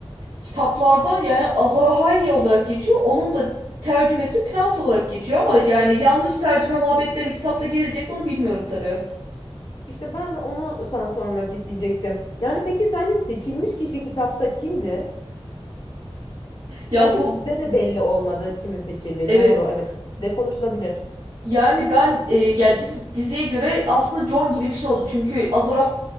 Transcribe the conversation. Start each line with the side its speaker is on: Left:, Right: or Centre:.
Right: kitaplarda yani Azor olarak geçiyor. Onun da tercümesi prens olarak geçiyor ama yani yanlış tercüme muhabbetlerine kitapta girilecek mi onu bilmiyorum tabii.
Left: İşte ben de onu sana sormak isteyecektim. Yani peki sence seçilmiş kişi kitapta kimdi?
Right: Ya
Left: Gerçi
Right: bu
Left: dizide de belli olmadı kimin seçildiği.
Right: evet.
Left: Doğru, evet. De konuşulabilir.
Right: Yani ben e, ya diz- diziye göre aslında John gibi bir şey oldu. Çünkü Azor